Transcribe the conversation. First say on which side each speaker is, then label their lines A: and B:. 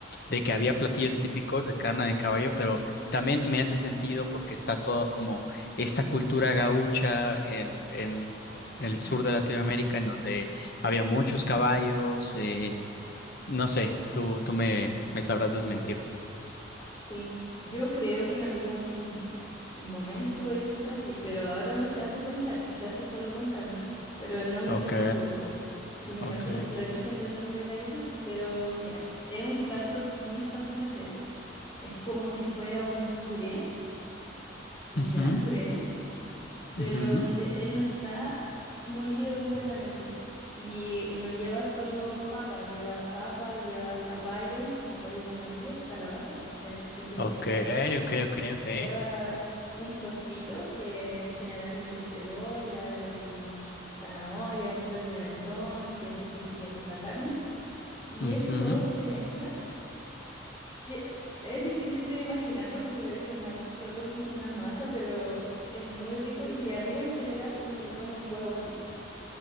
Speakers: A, on the left; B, on the left.
A: de que había platillos típicos de carne de caballo, pero también me hace sentido porque está todo como esta cultura gaucha en, en
B: Ujú.
A: el sur de Latinoamérica, en donde había muchos caballos. eh, no sé, tú, tú me, me sabrás desmentir.
B: Sí, yo creo que en algún momento eso fue así, pero ahora no se hace con charqui, se hace solo con carne, pero el nombre
A: Ok,
B: se mantuvo. Yo me
A: ok.
B: imagino que el origen del nombre era ese, pero mira, es un plato muy fácil de hacer. Es como si fuera un puré, un
A: Ujú,
B: gran puré, pero
A: ujú.
B: donde él no está molido completamente. Y no lleva solo papa, lleva papa, lleva zapallo, zapallo amarillo, calabaza, el- es lo
A: Ok,
B: principal
A: ok, ok, ok.
B: Lleva un sofrito que en general es de cebolla y zanahoria, un poco de pimentón que se sofríe con la carne. Y
A: Ujú.
B: eso todo se mezcla, que es difícil de imaginarlo porque parece una, solo un- una masa, pero es muy rico y arriba en general uno le pone un huevo frito.